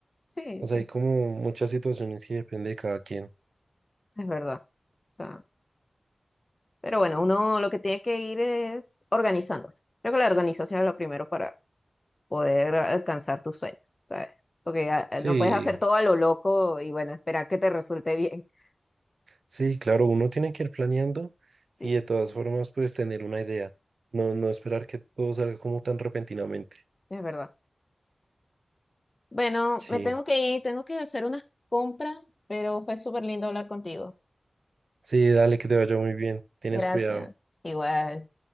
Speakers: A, on the left (about 35°); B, on the right (about 70°).
A: sí,
B: o
A: sí,
B: sea, hay como muchas situaciones que depende de cada quien.
A: es verdad. O sea, pero bueno, uno lo que tiene que ir es organizándose. Creo que la organización es lo primero para poder alcanzar tus sueños, ¿sabes? Porque ah, eh, no
B: Sí,
A: puedes hacer todo a lo loco y bueno, esperar que te resulte bien. <laughs>
B: sí, claro, uno tiene que ir planeando
A: Sí,
B: y de todas formas pues tener una idea, no, no esperar que todo salga como tan repentinamente.
A: es verdad. Bueno,
B: Sí,
A: me tengo que ir, tengo que hacer unas compras, pero fue súper lindo hablar contigo.
B: sí, dale que te vaya muy bien, tienes
A: Gracias.
B: cuidado.
A: Igual.